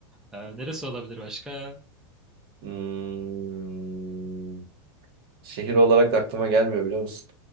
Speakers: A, in the centre; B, on the right.
A: Eee, neresi olabilir başka?
B: Hmm. Şehir olarak da aklıma gelmiyor biliyor musun?